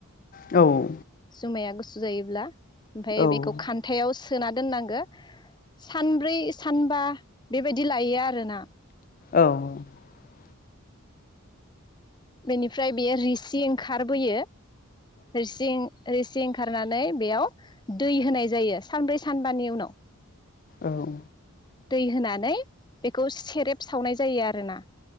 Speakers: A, on the left; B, on the left.
A: औ
B: जुमाया गुसु जायोब्ला ओमफाय
A: औ
B: बेखौ खान्थायाव सो सोना दोननांगो सानब्रै सानबा बेबायदि लायो आरोना
A: औ
B: बेनिफ्राय बेयो रिसि ओंखारबोयो रोसिं रोसिं खारनानै बेयाव दै होनाय जायो सानब्रै सानबानि उनाव
A: औ
B: दै होनानै बेखौ सेरेब सावनाय जायो आरोना